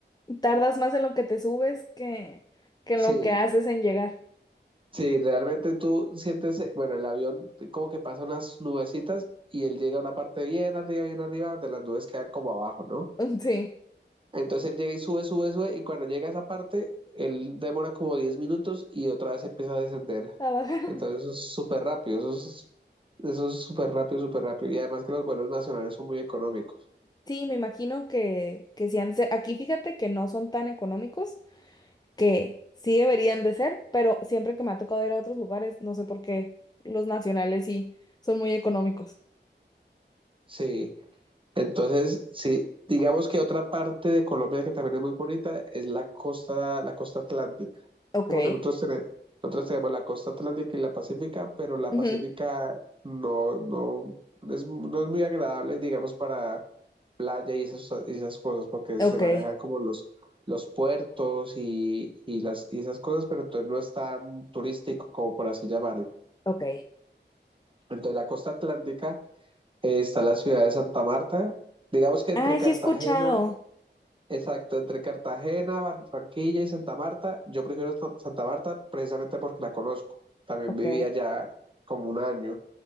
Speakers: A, on the left (about 20°); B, on the right (about 25°).
A: Tardas más en lo que te subes que, que en lo
B: Sí,
A: que haces en llegar.
B: sí, realmente tú sientes, eh, bueno, el avión como que pasa unas nubecitas y él llega a una parte bien arriba, bien arriba, donde las nubes quedan como abajo, ¿no?
A: <laughs> Sí.
B: Entonces él llega y sube, sube, sube, y cuando llega a esa parte, él demora como 10 minutos y otra vez empieza a descender.
A: a bajar.
B: Entonces eso es súper rápido, eso es, eso es súper rápido, súper rápido. Y además que los vuelos nacionales son muy económicos.
A: Sí, me imagino que, que sí han de ser. Aquí fíjate que no son tan económicos, que sí deberían de ser, pero siempre que me ha tocado ir a otros lugares, no sé por qué, los nacionales sí son muy económicos.
B: Sí. Entonces, sí, digamos que otra parte de Colombia que también es muy bonita es la costa, la costa atlántica,
A: Ok.
B: ¿sí? porque nosotros tenemos, nosotros tenemos la costa atlántica y la pacífica, pero la
A: ujú,
B: pacífica no, no, no es, no es muy agradable, digamos, para playa y esas, y esas cosas, porque
A: Ok.
B: se manejan como los, los puertos y, y las, y esas cosas, pero entonces no es tan turístico como por así llamarlo.
A: Ok.
B: Entonces, la costa atlántica eh, está la ciudad de Santa Marta, digamos que entre
A: Ah,
B: Cartagena,
A: sí he escuchado.
B: Exacto, entre Cartagena, Barranquilla y Santa Marta, yo prefiero Sa- Santa Marta precisamente porque la conozco. También
A: Ok.
B: viví allá como un año.